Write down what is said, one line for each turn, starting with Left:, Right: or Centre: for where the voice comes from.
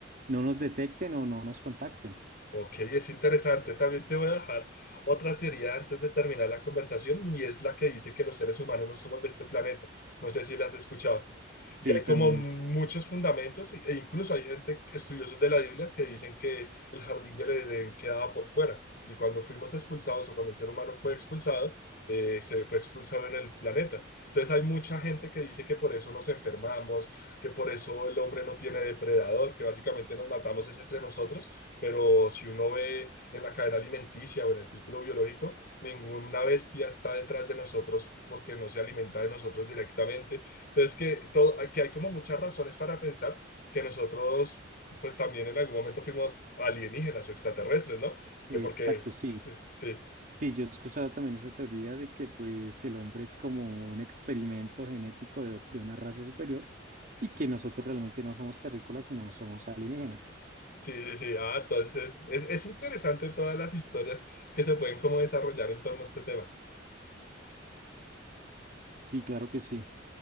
Right: no nos detecten o no nos contacten.
Left: Ok, es interesante. También te voy a dejar otra teoría antes de terminar la conversación y es la que dice que los seres humanos no somos de este planeta. No sé si la has escuchado.
Right: Sí,
Left: Y hay como
Right: también.
Left: muchos fundamentos e incluso hay gente, estudiosos de la Biblia, que dicen que el jardín del Edén quedaba por fuera. Y cuando fuimos expulsados o cuando el ser humano fue expulsado, eh, se fue expulsado en el planeta. Entonces hay mucha gente que dice que por eso nos enfermamos, que por eso el hombre no tiene depredador, que básicamente nos matamos es entre nosotros pero si uno ve en la cadena alimenticia o en el círculo biológico, ninguna bestia está detrás de nosotros porque no se alimenta de nosotros directamente. Entonces, que, todo, que hay como muchas razones para pensar que nosotros, pues también en algún momento fuimos alienígenas o extraterrestres, ¿no? Que
Right: Exacto,
Left: porque,
Right: sí.
Left: sí,
Right: Sí, yo he escuchado también esa teoría de que pues el hombre es como un experimento genético de, o- de una raza superior y que nosotros realmente no somos terrícolas, sino somos alienígenas.
Left: sí, sí, sí. Ah, entonces es, es interesante todas las historias que se pueden como desarrollar en torno a este tema.
Right: Sí, claro que sí.